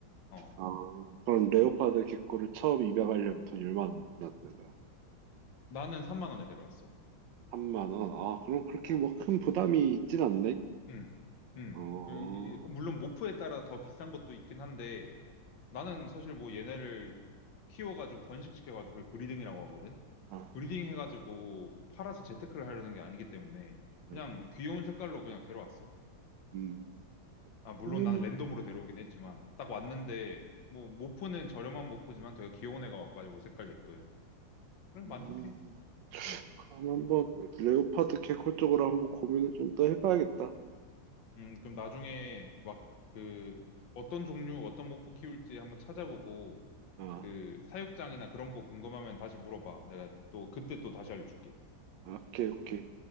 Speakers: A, on the left; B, on the right.
A: 어.
B: 아, 그럼 레오파드 개코를 처음 입양하려면 돈이 얼마나 드는 거야?
A: 나는 3만 원에 데려왔어.
B: 3만 원. 아, 그럼 그렇게
A: 어.
B: 뭐 큰 부담이 있진 않네.
A: 음. 음.
B: 어,
A: 이- 이- 물론 모프에 따라 더 비싼 것도 있긴 한데, 나는 사실 뭐 얘네를 키워가지고 번식시켜가지고 그걸 브리딩이라고 하거든.
B: 아,
A: 브리딩 해가지고 팔아서 재테크를 하려는 게 아니기 때문에 그냥
B: 음,
A: 귀여운 색깔로 그냥 데려왔어.
B: 음.
A: 아, 물론
B: 그러면,
A: 나는 랜덤으로 데려오긴 했지만 딱 왔는데 뭐 모프는 저렴한 모프지만 되게 귀여운 애가 와가지고 색깔 예쁜. 그래서
B: 음,
A: 만족해. 음.
B: 그럼 한번 레오파드 개코 쪽으로 한번 고민을 좀 더 해봐야겠다.
A: 음, 그럼 나중에 막 그 어떤 종류, 어떤 모프 키울지 한번 찾아보고
B: 아,
A: 그 사육장이나 그런 거 궁금하면 다시 물어봐. 내가 또 그때 또 다시 알려줄게.
B: 오케이, 오케이.